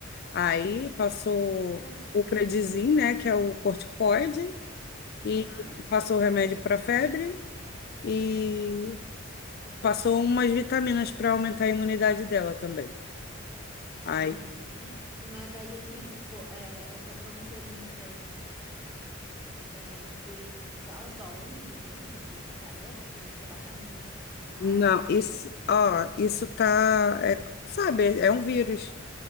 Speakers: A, on the left; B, in the centre.
A: Aí passou
B: Tadinha,
A: o Predizin,
B: gente.
A: né, que é o corticoide, e
B: Aham.
A: passou o remédio para febre e passou umas vitaminas para aumentar a imunidade dela também.
B: Sim.
A: Aí
B: E, mas daí, assim, tipo, é, essa bronquiolite aí, é, tipo, ele fala da onde que vem, por que que aparece, se é baixa imunidade
A: Não,
B: ou o
A: isso,
B: quê?
A: ó, isso tá, é, sabe, é um vírus